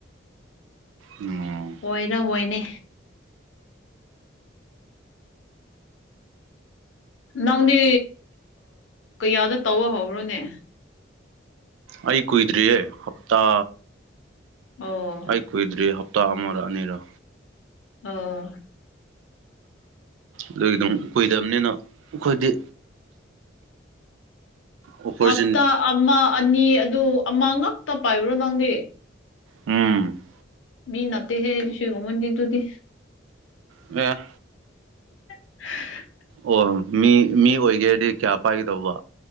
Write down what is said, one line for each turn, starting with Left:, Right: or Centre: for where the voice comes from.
Right: ꯑꯣ
Left: ꯀꯔ ꯀꯣꯏꯅꯤ ꯅꯪꯗꯤ ꯀꯌꯥꯗ ꯇꯧꯕ ꯍꯧꯧꯕ꯭ꯔꯣꯅꯦ
Right: ꯑꯩ ꯀꯨꯏꯗ꯭ꯔꯤꯑꯦ ꯍꯞꯇꯥ
Left: ꯑꯣ
Right: ꯑꯩ ꯀꯨꯏꯗ꯭ꯔꯤ ꯍꯞꯇꯥ ꯑꯃꯔꯛ ꯑꯅꯤꯔꯣ
Left: ꯑꯣ
Right: ꯑꯗꯨꯒꯤ ꯑꯗꯨꯝ ꯀꯨꯏꯗꯕꯅꯤꯅ ꯑꯩꯈꯣꯏꯗꯤ ꯑꯣꯄꯣꯔꯆꯨꯅꯤꯇꯤ
Left: ꯍꯞꯇꯥ ꯑꯃ ꯑꯅꯤ ꯑꯗꯨ ꯑꯃ ꯉꯛꯇ ꯄꯥꯏꯕ꯭ꯔꯣ ꯅꯪꯗꯤ
Right: ꯎꯝ
Left: ꯃꯤ ꯅꯠꯇꯦ ꯍꯦ ꯁꯤꯒꯃꯟ ꯌꯗꯣꯗꯤ
Right: ꯌꯥ
Left: <inaudible>
Right: ꯑꯣ ꯃꯤ ꯃꯤ ꯑꯣꯏꯒꯦꯔꯗꯤ ꯀꯌꯥ ꯄꯥꯏꯒꯗꯧꯕ